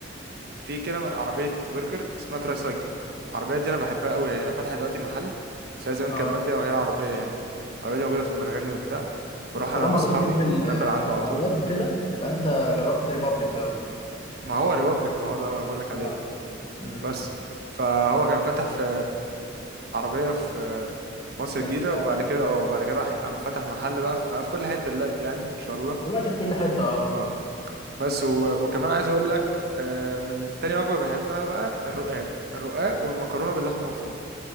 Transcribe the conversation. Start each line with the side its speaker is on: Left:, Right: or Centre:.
Right: في كده عربيه برجر اسمها تراي سايكل العربيه دي انا بحبها قوي هي فتحت دلوقتي محل بس هي زمان
Left: اه
Right: كانت باديه وهي عربيه يعني العربيه دي موجوده في المرغني وبتاع بروح
Left: انت طالما
Right: انا واصحابي
Left: بتحب ال-
Right: بناكل عنده
Left: العربيات
Right: على طول
Left: وكده يبقى انت جربت ريبابليك بقى وكده
Right: ما هو ريبابليك ما هو ده بقول لك عليه
Left: اه امم
Right: بس فهو كان فتح في عربية في في مصر
Left: كانت
Right: الجديدة
Left: في
Right: وبعد كده اه وبعد كده راح قام فتح محل بقى في بقى في كل حتة دلوقتي يعني إن شاء الله
Left: دلوقتي في كل حته اه
Right: اه بس و... وكمان عايز أقول لك آه، من تاني وجبة بحبها بقى الرقاق الرقاق والمكرونة باللحمة المفرومة